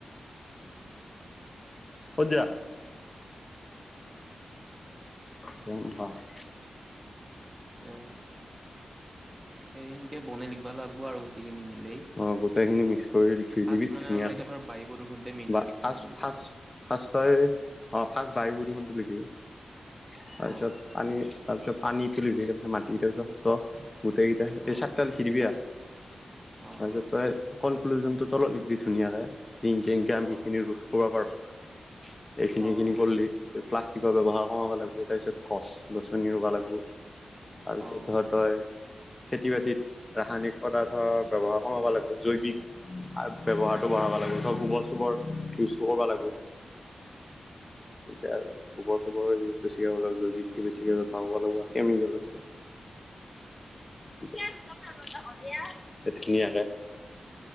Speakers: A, on the left; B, on the right.
A: ক'ত জা <unintelligible>
B: এতিয়া এনকে সনকে বনাই লিখিবা লাগিব আৰু গোটেইখিনি মিলেই
A: অঁ গোটেইখিনি মিক্স কৰি থুই
B: ফাৰ্ষ্ট
A: দিবি
B: মানে
A: ধুনীয়াকৈ
B: আমাৰ এতিয়া ধৰ বায়ু প্ৰদূষণতে মেইনকে
A: বা
B: লিখিব
A: ফাৰ্ষ
B: লাগিব কিজানি।
A: ফাৰ্ষ্ট ফাৰ্ষ্ট তই অঁ ফাৰ্ষ্ট বায় দেখোনটো দিবি তাৰপিছত
B: অ',
A: আনি তাৰ পিছত পান তুলিবহি তাৰ পিছত মাটিাৰ পিছত গোটেইকেইটা এই
B: অ',
A: চাৰিটালি
B: অ',
A: খিৰিিব আৰু
B: অ',
A: তাৰিছত তই কনক্লুজনতটো তলত লিখবি ধুনীয়াকে জিং কেংকে আমি
B: অ',
A: এইখিনি
B: অ',
A: ৰোধ কৰিব পাৰোঁ এইখিনি,
B: অ',
A: এইখিনি
B: অ',
A: কৰলি, প্লাষ্টিকৰ ব্যৱহাৰ কৰা লাগিব, তাৰ পিছত গছ গছনি ৰুব লাগব। তাৰপিছত
B: অ', অ', অ', অ', অ'।
A: ধৰ তই, খেতি বাতিত ৰাসায়নিক পদাৰ্থ ব্যৱহাৰ কমাব লাগিব, জৈৱিক, ব্যৱহাৰটো বঢ়াব লাগিব, গোবৰ চোবৰ ব লাগি, তাকে আৰু। গোবৰ চোবৰৰ ইউজ বেছিক হ'ব লাগিব, জৈৱিকটো বেছিকৈ পাব লাগিব, কেমিকেলত এতিয়া <unintelligible> সেইখিনীয়াকে